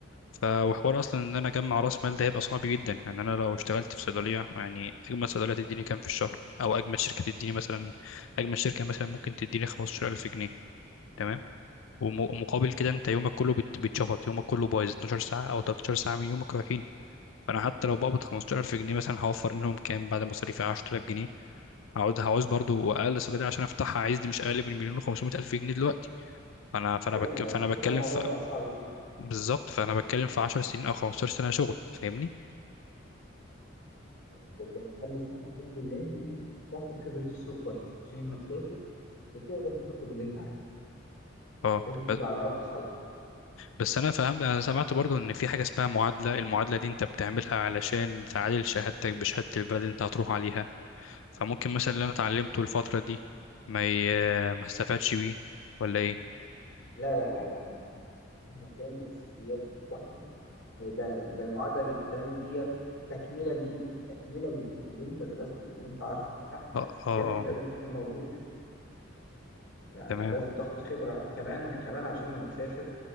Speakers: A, on the left; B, on the left.
A: ف وحوار أصلا إن أنا أجمع رأس مال ده هيبقى صعب جدا يعني أنا لو اشتغلت في صيدلية يعني أجمل صيدلية تديني كام في الشهر أو أجمل شركة تديني مثلا أجمل شركة مثلا ممكن تديني 15000 جنيه تمام وم- ومقابل كده أنت يومك كله بت- بيتشفط يومك كله بايظ 12 ساعة أو 13 ساعة من يومك رايحين فأنا حتى لو بقبض 15000 جنيه مثلا هوفر منهم كام بعد مصاريفي 10000 جنيه هقعد هعوز برضو أقل صيدلية عشان أفتحها عايز دي مش أقل من مليون و500 ألف جنيه دلوقتي فانا فانا
B: ايوه
A: بك...
B: ايوه
A: فانا بتكلم
B: كده الموضوع
A: في...
B: بقى صعب جدا
A: بالظبط فانا بتكلم في 10 سنين او 15 سنه شغل فاهمني
B: ده, ده قبل السفر برضو لازم تاخد خبره السوق كويس عشان لما تسافر تقدر تطلب اللي انت عايزه
A: اه
B: لازم
A: بس
B: تبقى على ارض صلبه
A: بس انا فاهم انا سمعت برضو ان في حاجه اسمها معادله المعادله دي انت بتعملها علشان تعادل شهادتك بشهاده البلد اللي انت هتروح عليها فممكن مثلا اللي انا اتعلمته الفتره دي ما ي... ما استفادش بيه ولا ايه
B: لا لا لا لا لا, لا. مهما كان الاساسيات دي واحده آه، ده ده المعادله اللي بتتعمل ديت تكمله ليك تكمله لل- للي انت درسته واللي انت عارفه لا
A: اه
B: الاساسيات
A: اه
B: لازم
A: اه
B: تكون موجوده لا
A: تمام
B: لا لازم تاخد خبره كمان كمان عشان لما تسافر